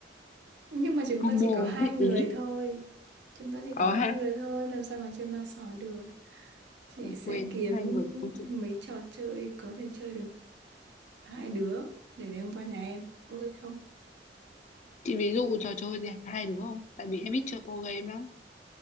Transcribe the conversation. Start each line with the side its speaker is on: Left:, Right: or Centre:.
Right: Nhưng mà chúng
Left: combo
Right: ta chỉ có hai
Left: hết
Right: người
Left: ý
Right: thôi. Chúng ta chỉ
Left: ờ
Right: có hai
Left: ha
Right: người thôi, làm sao mà chơi ma sói được. Chị
Left: ờ
Right: sẽ
Left: quên
Right: kiếm
Left: hai người thì không chơi
Right: mấy trò chơi có thể chơi được hai đứa để đem qua nhà em. Ok không?
Left: chị ví dụ trò chơi gì hai đứa không tại vì em ít chơi board game lắm